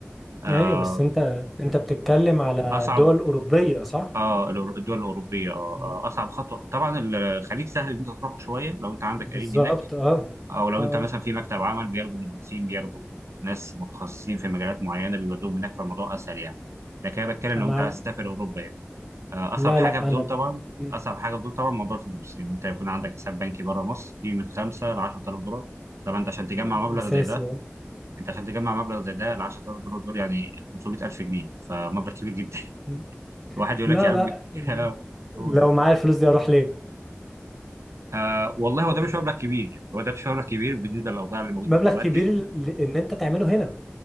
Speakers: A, on the right (about 85°); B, in the centre.
A: آه،
B: ايوه بس انت انت بتتكلم على
A: اصعب
B: دول اوروبيه صح
A: اه الدول الاوروبيه اه
B: مم.
A: آه، اصعب خطوه طبعا الخليج سهل ان انت تروحه شويه لو انت عندك
B: بالظبط
A: قريب هناك
B: اه
A: او لو
B: اه
A: انت مثلا في مكتب عمل بياخدوا مهندسين بياخدوا ناس متخصصين في مجالات معينه بيودوهم هناك فالموضوع اسهل يعني لكن انا بتكلم
B: انا
A: لو انت
B: ع-
A: عايز تسافر اوروبا يعني آه، اصعب
B: لا
A: حاجه
B: لا
A: في دول
B: انا ب-
A: طبعا
B: مم.
A: اصعب حاجه في دول طبعا موضوع الفلوس ان انت يكون عندك حساب بنكي بره مصر فيه من 5 ل 10000 دولار طبعا انت عشان تجمع
B: مم.
A: مبلغ
B: اساسي
A: زي ده
B: آه.
A: انت عشان تجمع مبلغ زي ده ل 10000 دولار دول يعني 500000 جنيه فمبلغ كبير جدا
B: مم.
A: <laughs> الواحد يقول
B: لا
A: لك يا عم
B: لا مم.
A: <laughs> قولوا
B: لو معايا الفلوس دي اروح ليه
A: آه والله
B: لا.
A: هو ده مش مبلغ كبير يعني هو ده مش مبلغ كبير بالنسبه للاوضاع اللي موجوده
B: مبلغ
A: دلوقتي
B: كبير ل- ان انت تعمله هنا